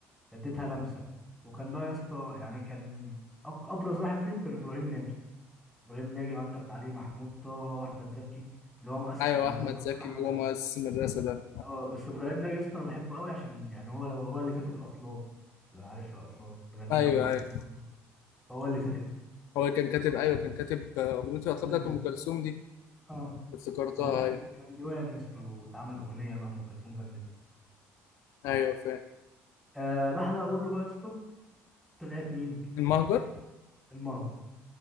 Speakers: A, in the centre; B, on the left.
A: اديتها لمسة وكان بقى يا اسطى يعني كان أك- ابرز واحد فيهم كان ابراهيم ناجي ابراهيم ناجي وعندك علي محمود طه واحمد زكي اللي هو مؤسس
B: ايوه
A: المدرسة
B: احمد زكي
A: اصلا احمد
B: هو
A: زكي
B: مؤسس المدرسه ده
A: اه بس ابراهيم ناجي يا اسطى انا بحبه قوي عشان يعني هو لو هو اللي كاتب الاطلال لو عارف الاطلال اللي غنتها
B: ايوه
A: ام كلثوم
B: ايوه
A: هو اللي كاتبها
B: هو كان كاتب ايوه كان كاتب اغنيه الاطلال
A: هو اللي
B: بتاعت
A: كان
B: ام كلثوم دي
A: اه
B: افتكرتها
A: هو كان
B: أيوة.
A: كان ديوان يا اسطى واتعمل اغنيه بقى ام كلثوم غنتها
B: ايوه فاهم
A: أه بعد ما بقول له بقى يا اسطى طلعت مين
B: المهجر
A: المهجر